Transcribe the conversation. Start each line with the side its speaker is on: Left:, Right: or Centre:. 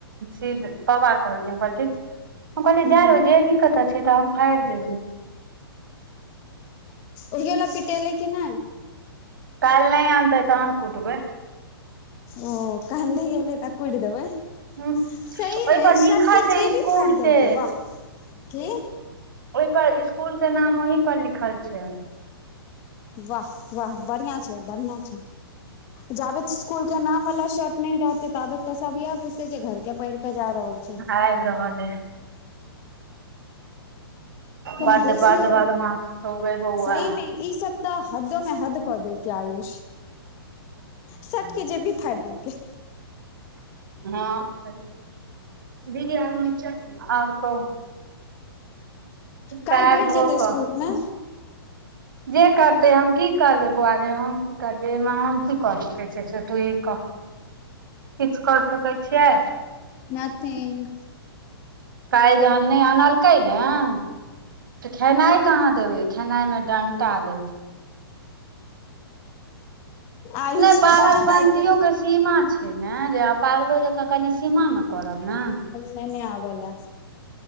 Right: सिद बाबा कहलखिन हम कहलै ठीक कहलियै
Left: हूँ
Right: जा रौ जेबी कतऽ छै तऽ हम फाड़ि देलियै
Left: ओहि ल पिटेल की नहि
Right: काल्हि नइ आनतै तहन कुटबै
Left: ओ कन्देले त कुट देबै
Right: हूँ
Left: सहीमे
Right: ओहिपर
Left: सबके
Right: लिखल छै
Left: जेबी
Right: स्कूल
Left: फार देलक
Right: के
Left: वाह के
Right: ओहि पर स्कूल के नाम ओही पर लिखल छै
Left: वाह वाह बढियां छै बढ़ियां छै जाबे स्कूल के नाम वाला शर्ट न रहतै ताबे तऽ सब इएह बुझते जे घर के पढ़ जा रहल छै
Right: आबि रहल हइ
Left: कनी
Right: बड्ड
Left: बेसीए
Right: बड्ड बदमाश छौ गै बौआ
Left: सहीमे ई सब तऽ हदो में हद कऽ देलकै आयुष सटके जेबी फाड़ देल क
Right: हँ दीदी आ नचा आओर कहु
Left: काल्हि
Right: पएर
Left: भेट
Right: धो
Left: जेतै
Right: क
Left: स्कूल मे
Right: जे करते हम की करबै बौआ रे हम की करबियै एहिमे हम की करै छै से तू ई किछु कर सकै छियै
Left: मैथिली <inaudible>
Right: काल्हि जहन नहि आनलकै ने खेनाइ कहाँ देबै खेनाइ मे डंटा देबै
Left: आयुष
Right: नहि पागलपंतियो
Left: के बड्ड पाइके
Right: के सीमा छै ने जे पागलो जकाँ कनि सीमा मे करब न
Left: नहि नहि आब ल